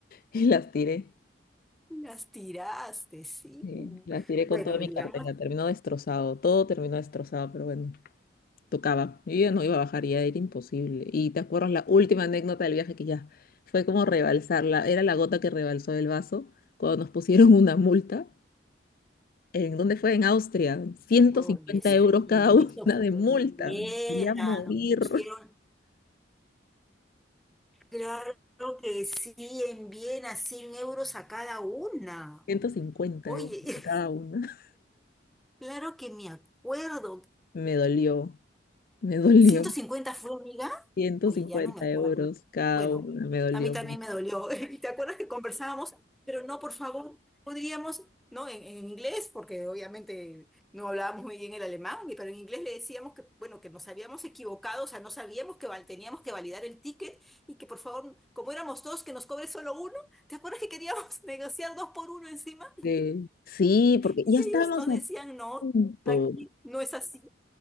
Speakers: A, on the left (about 50°); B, in the centre.
A: y las tiré.
B: las tiraste, sí.
A: Sí, las tiré
B: Bueno,
A: con toda mi
B: digamos,
A: cartera, terminó destrozado, todo terminó destrozado, pero bueno, tocaba. Yo ya no iba a bajar, ya era imposible. Y te acuerdas la última anécdota del viaje que ya fue como rebalsarla, era la gota que rebalsó el vaso cuando nos pusieron <laughs> una multa. ¿En dónde fue? En Austria, ciento
B: oye,
A: cincuenta
B: sí,
A: euros cada una
B: eso
A: de
B: fue
A: multa.
B: en Viena.
A: Me Quería morir.
B: Nos pusieron, claro que sí, en Viena, 100 euros a cada una.
A: ciento cincuenta
B: Oye,
A: euros a cada
B: <laughs>
A: una.
B: claro que me acuerdo,
A: Me dolió, me dolió.
B: ¿150 fue, amiga?
A: ciento
B: Oye,
A: cincuenta
B: ya no me acuerdo.
A: euros cada
B: Bueno,
A: una, me dolió.
B: a mí también me dolió. <laughs> ¿Y te acuerdas que conversábamos? Pero no, por favor, podríamos, ¿no? En, en inglés, porque obviamente no hablábamos muy bien el alemán, y- pero en inglés le decíamos que, bueno, que nos habíamos equivocado, o sea, no sabíamos que val- teníamos que validar el ticket y que, por favor, como éramos dos, que nos cobre solo uno. ¿Te acuerdas que queríamos <laughs> negociar dos por uno encima?
A: Sí, Sí, porque
B: Y
A: ya estábamos
B: ellos nos
A: a
B: decían, no,
A: punto,
B: aquí no es así.